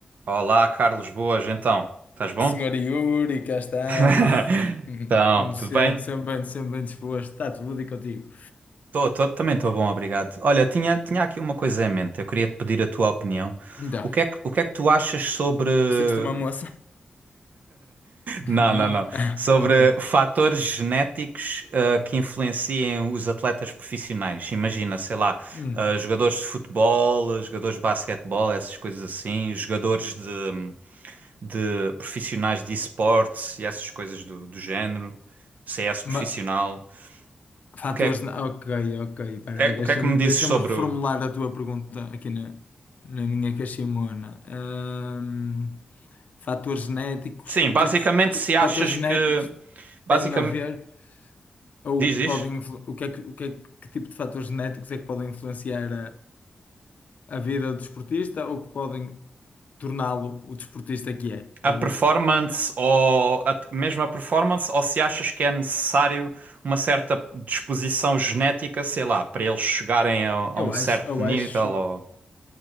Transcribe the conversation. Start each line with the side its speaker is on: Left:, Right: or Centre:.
Right: Olá, Carlos, boas, então. Estás bom?
Left: Senhora Yuri, cá estamos.
Right: <laughs>
Left: <laughs> Hum,
Right: Então,
Left: Como
Right: tudo
Left: sempre,
Right: bem?
Left: sempre bem, sempre bem disposto. Está tudo e contigo.
Right: Tô, tô- também estou bom, obrigado. Olha, tinha, tinha aqui uma coisa em mente. Eu queria te pedir a tua opinião.
Left: Então,
Right: O que é que, o que é que tu achas sobre. <laughs>
Left: disseste uma moça? <laughs>
Right: Não,
Left: Não?
Right: não, não.
Left: Ah,
Right: Sobre
Left: ok.
Right: fatores genéticos ah, que influenciem os atletas profissionais. Imagina, sei lá,
Left: Hum.
Right: ah, jogadores de futebol, jogadores de basquetebol, essas coisas assim, jogadores de. de profissionais de esportes e essas coisas do, do género, CS profissional.
Left: Ma- fatores.
Right: O que é,
Left: na- Ok, ok. Espera
Right: é-
Left: aí, deixa-me
Right: o que é que me dizes
Left: deixa-me
Right: sobre.
Left: reformular
Right: o-
Left: a tua pergunta aqui na, na minha caiximona. Hum, fatores genéticos.
Right: Sim,
Left: O
Right: basicamente,
Left: que é que os, o que
Right: se
Left: é que os fatores
Right: achas
Left: genéticos
Right: que. Basicamente,
Left: têm a ver? Ou
Right: diz, diz.
Left: podem, influ- o que é que, o que é que, que tipo de fatores genéticos é que podem influenciar a vida do desportista ou que podem torná-lo o desportista que é.
Right: A
Left: Ou,
Right: performance ou a, mesmo a performance, ou se achas que é necessário uma certa disposição genética, sei lá, para eles chegarem a, a
Left: eu
Right: um certo
Left: acho, eu
Right: nível
Left: acho,
Right: ou.